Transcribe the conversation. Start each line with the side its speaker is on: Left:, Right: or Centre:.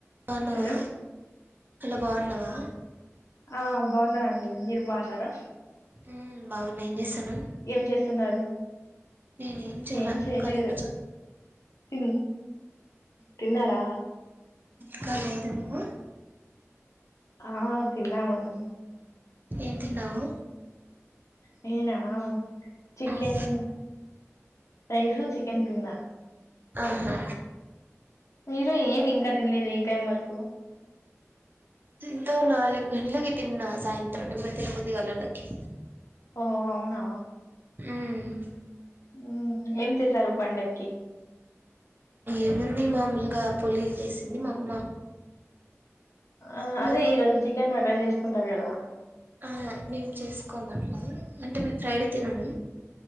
Right: బాగున్నావా
Left: hello
Right: hello బాగున్నావా
Left: ఆ బాగున్నానండి మీరు బాగున్నారా
Right: ఉమ్ బాగున్నం ఏం చేస్తానవ్
Left: ఏం చేస్తున్నారు
Right: నేనేం చేయాలా
Left: ఏం చేయలేదు
Right: కాలిగా కూర్చొని వున
Left: తిన్ తిన్నారా
Right: ఇంకాలేదు నువ్వు
Left: ఆ తిన్నామండి
Right: ఏం తిన్నావు
Left: నేనా ఆ చికెన్
Right: మ్మ్
Left: రైస్ చికెన్ తిన్నా
Right: ఆహా
Left: మీరు ఏమి ఇంకా తినలేదు ఈ టైం వరకు
Right: ఇంతో నాలుగంటలకి తిన్నా సాయంత్రం ఇపుడు తిన బుద్ధిగాల నకి
Left: ఓ అవునా
Right: హ్మ్
Left: మ్మ్. ఏం చేశారు పండక్కి
Right: ఏముంది మామూలుగా పోలీలు చేసింది మా అమ్మ
Left: ఆ
Right: ఇంగ
Left: అదే ఈ రోజు చికెన్ మటన్ చేసుకుంటారు కదా
Right: అవున మేము చేసుకోము అట్లా అంటే మేము ఫ్రైడే తినము